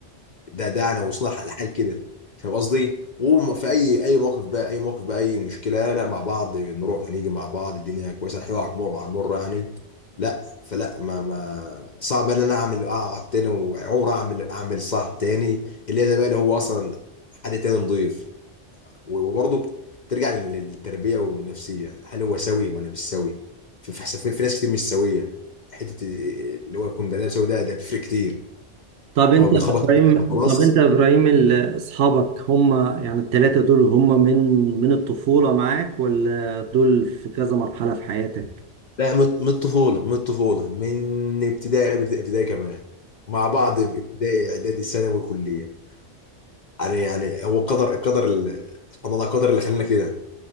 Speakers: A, on the left; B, on the right.
A: ده ده انا واصلها لحال كده فاهم قصدي؟ وفي اي اي موقف بقى اي موقف بقى اي مشكله لا مع بعض نروح ونيجي مع بعض الدنيا كويسه الحلوه على المر على المر يعني لا فلا ما ما صعب ان انا اعمل اقعد تاني وعمر اعمل اعمل صاحب تاني اللي هي زي بقى اللي هو اصلا حد تاني نضيف وبرضه ترجع لل- للتربيه والنفسيه هل هو سوي ولا مش سوي؟ في في حسافين في ناس كتير مش سويه حته اللي هو يكون بني آدم سوي ده ده بيفرق كتير
B: طب أنت
A: هو بيخبط
B: يا إبراهيم
A: في حاجة خلاص
B: طب أنت يا إبراهيم ال- أصحابك هم يعني التلاتة دول هم من من الطفولة معاك ولا دول في كذا مرحلة في حياتك؟
A: لا من من الطفولة من الطفولة من ابتدائي ابتدائي كمان مع بعض في ابتدائي اعدادي ثانوي كلية يعني يعني هو قدر قدر ال- سبحان الله قدر اللي خلانا كده